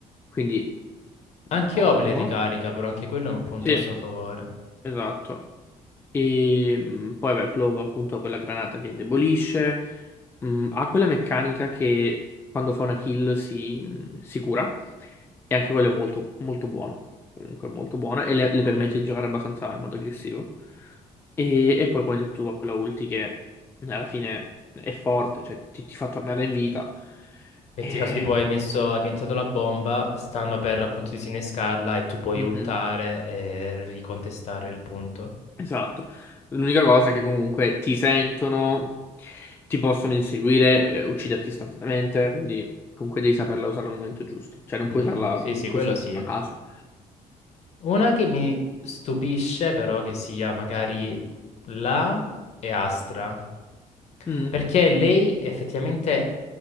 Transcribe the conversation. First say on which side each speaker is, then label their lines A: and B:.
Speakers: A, on the left (about 15°); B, on the left (about 50°).
A: quindi
B: Anche
A: ottimo.
B: io me le ricarica, però anche quello è un punto
A: Sì,
B: a suo favore.
A: esatto. E mh, poi, beh, Clove appunto ha quella granata che indebolisce, mh, ha quella meccanica che quando fa una kill si, mh, si cura, e anche quello è molto, molto buono, comunque molto buono, e le, le
B: Mhm.
A: permette di giocare abbastanza in modo aggressivo. E, e poi, come hai detto tu, ha quella ulti che alla fine è forte, cioè ti, ti fa tornare in vita.
B: Metti
A: E...
B: caso tipo hai messo, hai piantato la bomba, stanno per appunto disinnescarla e tu puoi
A: Mhm.
B: ultare e ricontestare il punto.
A: Esatto. L'unica cosa è che comunque ti sentono, ti possono inseguire, eh, ucciderti istantaneamente, quindi comunque devi saperla usare al momento giusto. Cioè non puoi
B: Mhm.
A: usarla
B: Sì, sì,
A: così,
B: quello sì.
A: a caso.
B: Una che mi stupisce però che sia magari La e Astra.
A: Mm,
B: Perché lei effettivamente